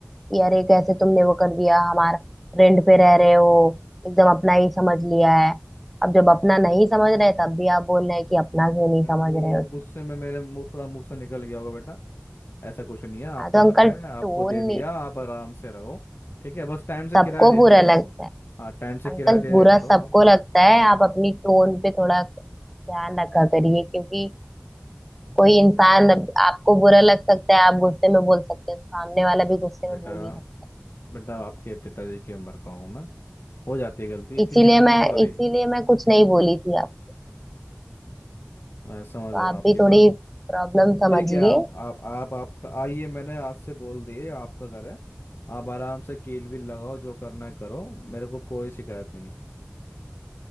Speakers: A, in the centre; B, on the left.
A: यार ये कैसे तुमने वो कर दिया हमारा रेंट पे रह रहे हो एकदम अपना ही समझ लिया है अब जब अपना नहीं समझ रहे तब भी आप बोल रहे हैं कि अपना
B: नहीं
A: क्यों
B: बेटा
A: नहीं
B: वो
A: समझ रहे
B: वो
A: हो
B: गुस्से में मेरे मुंह थोड़ा मुंह से निकल गया होगा बेटा ऐसा कुछ नहीं है आपका
A: हाँ तो अंकल
B: घर
A: टोन
B: है आपको दे दिया
A: नहीं
B: आप आराम से रहो ठीक है बस टाइम से
A: सबको
B: किराया दे
A: बुरा
B: दिया करो
A: लगता है
B: हाँ टाइम से
A: अंकल
B: किराया दे
A: बुरा
B: दिया करो
A: सबको
B: आप
A: लगता है आप अपनी टोन पे थोड़ा ध्यान रखा करिए क्योंकि कोई इंसान अब आपको बुरा लग सकता है आप गुस्से में बोल सकते हैं सामने वाला भी गुस्से
B: हाँ, बेटा
A: में बोल ही सकता
B: बेटा आपके पिताजी की उम्र का हूँ मैं हो जाती है गलती
A: है
B: ठीक
A: इसीलिए
B: है
A: मैं
B: सॉरी
A: इसीलिए मैं कुछ नहीं बोली थी आप
B: मैं समझ
A: तो
B: रहा हूँ
A: आप
B: आपकी
A: भी थोड़ी
B: बात
A: प्रॉब्लम समझिए
B: ठीक है आप आप आप आप आइए मैंने आज से बोल दिए आपका घर है आप आराम से कील वील लगाओ जो करना है करो मेरे को कोई शिकायत नहीं है